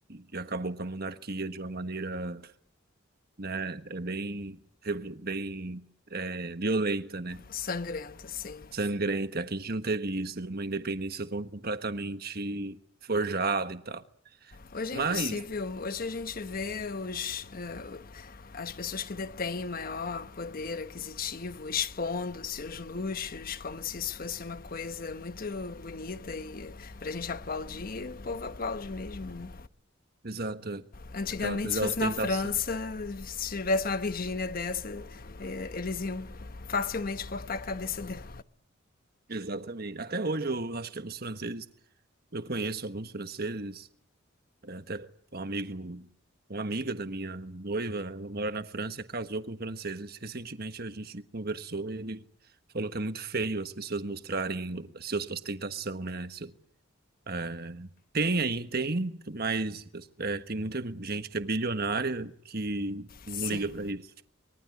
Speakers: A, on the right (about 50°); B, on the left (about 45°).
A: e acabou com a monarquia de uma maneira, né, é bem, revo- bem é, violenta, né?
B: sangrento, sim.
A: sangrenta. Aqui a gente não teve isso, teve uma independência completamente forjada e tal.
B: Hoje
A: Mas,
B: é impossível. Hoje a gente vê os, uh, as pessoas que detêm maior poder aquisitivo expondo seus luxos como se isso fosse uma coisa muito bonita e para a gente aplaudir, o povo aplaude mesmo. Né?
A: exato, é.
B: Antigamente,
A: aquela coisa
B: se
A: da
B: fosse
A: ostentação.
B: na França, se tivesse uma Virgínia dessa, é, eles iam facilmente cortar a cabeça dela.
A: Exatamente. Até hoje eu acho que os franceses, eu conheço alguns franceses, é, até um amigo, uma amiga da minha noiva, ela mora na França e casou com franceses. Recentemente a gente conversou e ele falou que é muito feio as pessoas mostrarem a sua ostentação, né? É, tem aí, tem, mas é, tem muita gente que é bilionária que não
B: Sim,
A: liga para isso.